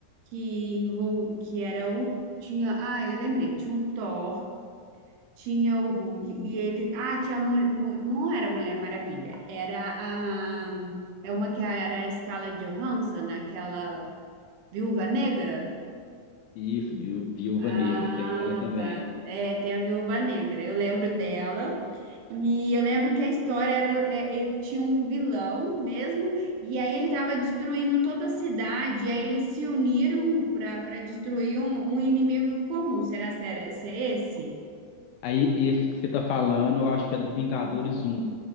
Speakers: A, on the right; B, on the left.
A: que, envol... que era o. Tinha, ah, eu lembrei, tinha o Thor, tinha o Hulk,
B: Uhum.
A: e ele. Ah, tinha a mulher. Não era a Mulher Maravilha, era a. É uma que era a Scarlett Johansson, aquela Viúva Negra.
B: Isso, viu? Viúva
A: Ah,
B: Negra tem ela também.
A: tá. É, tem a Viúva Negra. Eu lembro dela. E eu lembro que a história era, é, é, tinha um vilão mesmo, e aí ele estava destruindo toda a cidade, e aí eles se uniram para para destruir um, um inimigo comum. Será que era, se é esse?
B: Aí esse que você tá falando, eu acho que é do Vingadores um